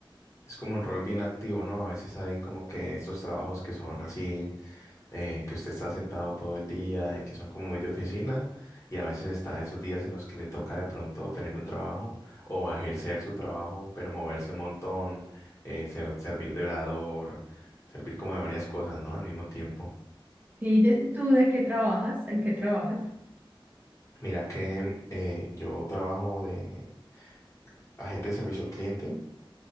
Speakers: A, on the left; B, on the right.
A: Es como un rol bien activo, ¿no? A veces hay como que estos trabajos que son así, eh, que usted está sentado todo el día, y que son como muy de oficina, y a veces está esos días en los que le toca de pronto tener un trabajo o ejercer su trabajo, pero moverse un montón, eh, ser- servir de orador, servir como de varias cosas, ¿no? Al mismo tiempo.
B: Sí, ye- ¿tú de qué trabajas? ¿En qué trabajas?
A: Mira que eh, yo trabajo de agente de servicio al cliente.